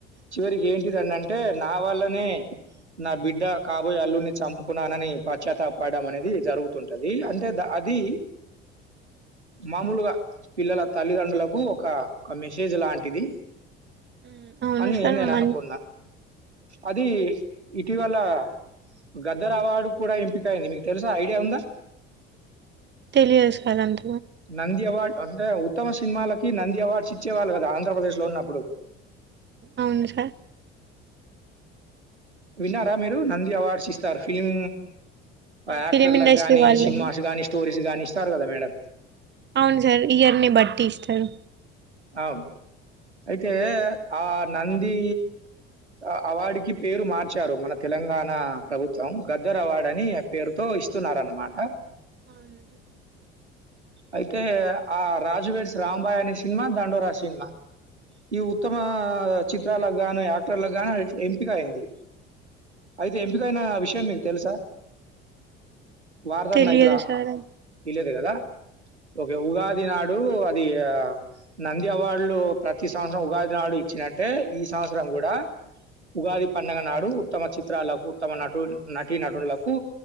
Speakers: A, on the right; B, on the right.
A: చివరికి ఏంటిదనింటే నా వల్లనే నా బిడ్డ కాబోయే అల్లున్నీ చంపుకున్నానని పచ్చాతప్ పడడం అనేది జరుగుతుంటది అంటే ద అది మామూలుగా పిల్లల తల్లిదండ్రులకు ఒక ఒక మెసేజ్ లాంటిది
B: హ్మ్. అవును
A: అని
B: సార్
A: నేను
B: మ
A: అనుకున్నా అది ఇటీవల గద్దర్ అవార్డు కూడా ఎంపిక అయింది మీకు తెలుసా ఐడియా ఉందా
B: తెలియదు సార్ అంత
A: నంది అవార్డ్ అంటే ఉత్తమ సినిమాలకి నంది అవార్డ్స్ ఇచ్చేవాళ్ళు కదా ఆంధ్రప్రదేశ్ లో ఉన్నప్పుడు
B: అవును సార్
A: విన్నారా మీరు నంది అవార్డ్స్ ఇస్తారు ఫిలిం యాక్టర్ల
B: ఫిలిం ఇండస్ట్రీ
A: గానీ
B: వాళ్ళు
A: సినిమాస్ గానీ స్టోరీస్ గాని ఇస్తారు కదా మేడం
B: అవును సార్ ఇయర్ని బట్టి ఇస్తారు
A: అవును అయితే ఆ నంది ఆ అవార్డు కి పేరు మార్చారు మన తెలంగాణ ప్రభుత్వం గద్దరు అవార్డు అని పేరుతో ఇస్తున్నారనమాట
B: అవునా సార్
A: అయితే ఆ రాజు వెడ్స్ రాంబాయ్ అనే సినిమా దండోరా సినిమా ఈ ఉత్తమ చిత్రాలకు గాను యాక్టర్లకు గాని ఎంపిక అయింది అయితే ఎంపికైన విషయం మీకు తెలుసా వారిదన్న
B: తెలియదు
A: ఇట్ల
B: సార్ అది
A: తెలియ కదా ఓకే ఉగాది నాడు అది ఆ నంది అవార్డులు ప్రతి సంవత్సరం ఉగాది నాడు ఇచ్చినట్టే ఈ సంవత్సరం కూడా ఉగాది పండగ నాడు ఉత్తమ చిత్రాలకు ఉత్తమ నటు నటి నటులకు